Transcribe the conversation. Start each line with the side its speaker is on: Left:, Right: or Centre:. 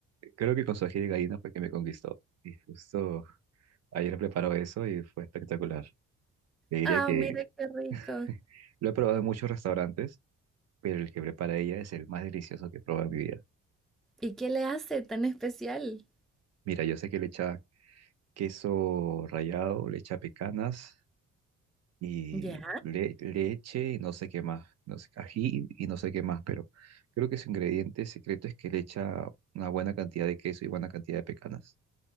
Right: Creo que con su ají de gallina fue que me conquistó. Y justo ayer preparó eso y fue espectacular. Le diría
Centre: ¡Ah,
Right: que
Centre: mira qué
Right: <laughs>
Centre: rico!
Right: lo he probado en muchos restaurantes, pero el que prepara ella es el más delicioso que he probado en mi vida.
Centre: ¿Y qué le hace tan especial?
Right: Mira, yo sé que le echa queso rallado, le echa pecanas y
Centre: Ya.
Right: le- leche y no sé qué más, no sé, ají y no sé qué más, pero creo que su ingrediente secreto es que le echa una buena cantidad de queso y buena cantidad de pecanas.